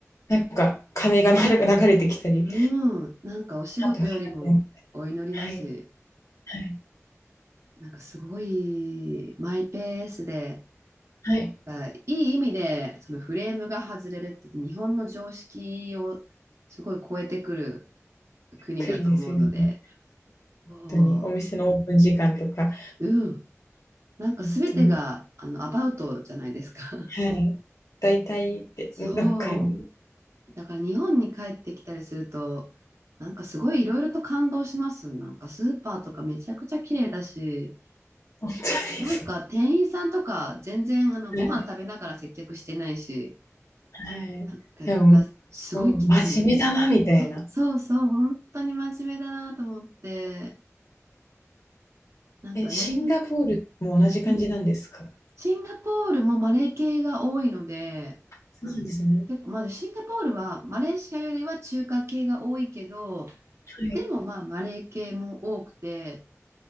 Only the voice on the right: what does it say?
うん。なんかお仕事よりもお祈りだし。
なんかすごいマイペースで、
あいい意味でそのフレームが外れるって日本の常識をすごい超えてくる国だと思うので、
そ
う、うん、なんか全てがあのアバウトじゃないですか。
<laughs> そ
う。だから日本に帰ってきたりすると、なんかすごいいろいろと感動します。なんかスーパーとかめちゃくちゃ綺麗だし、
なんか店員さんとか全然あのご飯食べながら接客してないし、
なんか、
わすごいきっちりし
た。そうそう、本当に真面目だなと思って、なんかね、
うん。シンガポールもマレー系が多いので、
結構、まずシンガポールはマレーシアよりは中華系が多いけど、
でもまあマレー系も多くて、